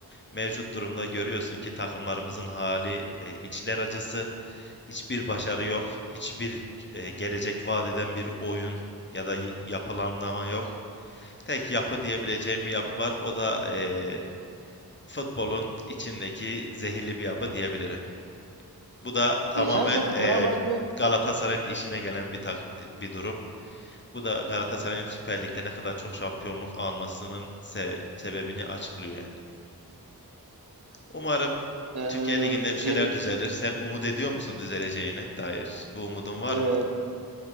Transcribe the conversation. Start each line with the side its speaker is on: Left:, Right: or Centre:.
Left: Mevcut durumda görüyorsun ki takımlarımızın hali e, içler acısı. Hiçbir başarı yok. Hiçbir e, gelecek vaat eden bir oyun ya da y- yapılanlama yok tek yapı diyebileceğim bir yapı var. O da e, futbolun içindeki zehirli bir yapı diyebilirim. Bu da tamamen
Right: Geçen sene
Left: eee,
Right: Fenerbahçe
Left: Galatasaray'ın işine gelen bir tak- bir durum. Bu da Galatasaray'ın Süper Lig'de ne kadar çok şampiyonluk almasının se- sebebini açıklıyor yani. Umarım
Right: e,
Left: Türkiye Ligi'nde bir şeyler
Right: ge-
Left: düzelir. Sen umut ediyor musun düzeleceğine dair? Bu umudun var
Right: e,
Left: mı?